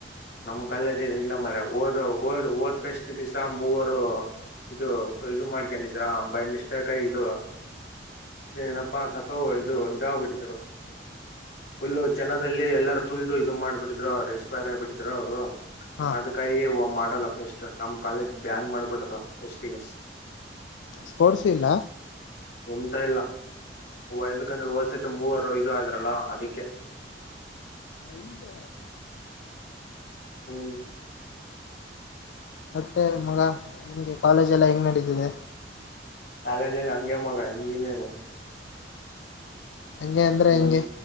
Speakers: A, on the left (about 60°); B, on the left (about 85°).
A: ನಮ್ ಕಲ್ಲೇಜ ಇಲ್ಲ ಮ್ರ ಓದ ಓದ ಓದ್ ಪ್ರಷ್ಟ ದಿವ್ಸ ಮೂವರು ಇದು ಇದು ಮಾಡ್ಕೊಂಡಿದೀರಾಬೈ ಇಷ್ಟಕಿ ಇದು ಏನಪ್ಪಾ ಸತ್ತೋ ಇದು ಇದಾಗ್ಬಿಟ್ಟಿದರು ುಲ್ಲು ಜನದಲ್ಲಿ ಎಲ್ಲಾರ ತುಳ್ದು ಇದು ಮಾಡ್ಬಿಟ್ಟಿದ್ರು ಅವ್ರು ಎನ್ಸ್ಪೈರ್ ಆಗಿಬಿಟ್ಟಿದ್ರು ಅವ್ರು
B: ಹಾ
A: ಅದಕ್ಕೆ ಮಾಡಲ್ಲ ಫೆಸ್ಟ್ ನಮ್ಮ ಕಾಲೇಜ್ ಬ್ಯಾನ್ ಮಾಡ್ಬಿಟ್ರ ಫೆಸ್ಟ್ ಈಗ
B: ಸ್ಪೋರ್ಟ್ಸ್ ಇಲ್ಲ
A: ಹೊ್ತಾ ಇಲ್ಲ ಎಲ್ಲದಕಂದ್ರೆ ಹೋದ್ಸತೆ ಮೂವರು ಇ ಆ್ರಲ್ಲಾ ಅದಕ್ಕೆ
B: ಹಳ <inaudible>
A: ಹ್ಮ್
B: ಮತ್ತೆ ಮಗ ಹೆಂಗೆ ಕಾಲೇಜ ಎಲ್ಲಾ ಹೆಂಗ್ ನಡೀತಿದೆ
A: ಕಾಲೇಜಲ್ಲಿ ಹಂಗೆ ಮಗ ಇಂಜಿನಿಯರ್
B: ಹಂಗೆ ಅಂದ್ರೆ
A: ಹ
B: ಹೆಂಗೆ